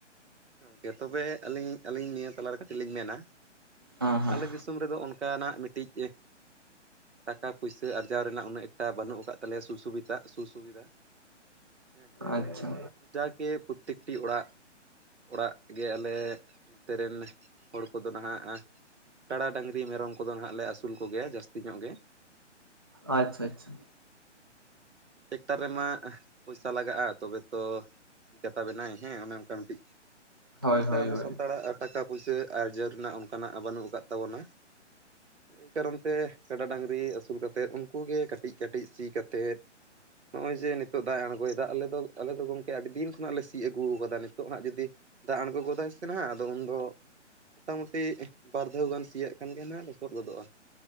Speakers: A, on the right; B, on the right.
A: ᱦᱮᱸ ᱛᱚᱵᱮ ᱟᱹᱞᱤᱧ ᱟᱹᱞᱤᱧ ᱱᱤᱭᱟᱹ ᱛᱟᱞᱟᱨᱮ ᱠᱟᱹᱴᱤᱡ ᱞᱤᱧ ᱢᱮᱱᱟ
B: ᱦᱮᱸ ᱦᱮᱸ
A: ᱟᱞᱮ ᱫᱤᱥᱼᱼ ᱫᱤᱥᱚᱢ ᱨᱮᱫᱚ ᱚᱱᱠᱟᱱᱟᱜ ᱢᱤᱫᱴᱤᱡᱼᱼ ᱴᱟᱠᱟ ᱯᱩᱭᱥᱟᱹ ᱟᱨᱡᱟᱣ ᱨᱮᱱᱟᱜ ᱩᱱᱟᱹᱜ ᱮᱠᱴᱟ ᱵᱟᱹᱱᱩᱜ ᱟᱠᱟᱫ ᱛᱟᱞᱮᱭᱟ ᱥᱩ ᱥᱩᱵᱤᱛᱟ ᱥᱩ ᱥᱩᱵᱤᱫᱷᱟ᱾ ᱦᱮᱸ
B: ᱟᱪᱷᱟ
A: ᱡᱟᱜᱮ ᱯᱨᱩᱛᱤᱠᱴᱤ ᱚᱲᱟᱜᱼᱼ ᱚᱲᱟᱜ ᱜᱮ ᱟᱞᱮ ᱱᱚᱛᱮ ᱨᱮᱱ ᱦᱚᱲ ᱠᱚᱫᱚ ᱱᱟᱦᱟᱜᱼᱼ ᱠᱟᱲᱟ, ᱰᱟᱹᱝᱨᱤ, ᱢᱮᱨᱚᱢ ᱠᱚᱫᱚ ᱱᱟᱦᱟᱸᱜ ᱞᱮ ᱟᱹᱥᱩᱞ ᱠᱚᱜᱮᱭᱟ ᱡᱟᱹᱥᱛᱤ ᱧᱚᱜ ᱜᱮᱼᱼ
B: ᱟᱪᱷᱟ ᱟᱪᱷᱟ
A: ᱴᱮᱠᱴᱟᱨ ᱨᱮᱢᱟ ᱟᱺ ᱯᱚᱭᱥᱟ ᱞᱟᱜᱟᱜᱼᱟ ᱛᱚᱵᱮ ᱛᱚᱼᱼ ᱥᱤ ᱠᱟᱛᱟ ᱵᱮᱱᱟᱭ ᱦᱮᱸ ᱚᱱᱮ ᱚᱱᱠᱟ ᱢᱤᱫᱴᱤᱡᱼᱼ
B: ᱦᱳᱭ
A: ᱚᱱᱠᱟ
B: ᱦᱳᱭ
A: ᱟᱵᱚ
B: ᱦᱳᱭ
A: ᱥᱟᱱᱛᱟᱲᱟᱜ ᱴᱟᱠᱟ ᱯᱩᱭᱥᱟᱹ ᱟᱨᱡᱟᱣ ᱨᱮᱱᱟᱜ ᱚᱱᱠᱟᱱᱟᱜ ᱵᱟᱹᱱᱩᱜ ᱟᱠᱟᱜ ᱛᱟᱵᱚᱱᱟ᱾ ᱮᱭ ᱠᱟᱨᱚᱱ ᱛᱮ ᱠᱟᱰᱟ ᱰᱟᱹᱝᱨᱤ ᱟᱹᱥᱩᱞ ᱠᱟᱛᱮᱫ ᱩᱱᱠᱩ ᱜᱮ ᱠᱟᱹᱴᱤᱡ ᱠᱟᱹᱴᱤᱡ ᱥᱤ ᱠᱟᱛᱮᱫ ᱱᱚᱜᱼᱚᱭ ᱡᱮ ᱱᱤᱛᱚᱜ ᱫᱟᱜ ᱮ ᱟᱬᱜᱚᱭᱮᱫᱟ ᱟᱞᱮ ᱫᱚ ᱟᱞᱮ ᱫᱚ ᱜᱚᱝᱠᱮ ᱟᱹᱰᱤ ᱫᱤᱱ ᱠᱷᱚᱱᱟᱜ ᱞᱮ ᱥᱤᱫ ᱟᱹᱜᱩ ᱠᱟᱫᱟ ᱱᱤᱛᱚᱜ ᱦᱟᱸᱜ ᱡᱩᱫᱤᱼᱼ ᱫᱟᱜ ᱟᱬᱜᱚ ᱜᱚᱫᱟᱭ ᱥᱮ ᱱᱟᱦᱟᱜ ᱟᱫᱚ ᱩᱱᱫᱚ ᱢᱚᱴᱟᱢᱩᱴᱤᱼᱼ ᱵᱟᱨ ᱫᱷᱟᱣ ᱜᱟᱱ ᱥᱤᱭᱟᱹᱜ ᱠᱷᱟᱱ ᱜᱮ ᱱᱟᱜ ᱞᱚᱥᱚᱫ ᱜᱚᱫᱚᱜᱼᱟ᱾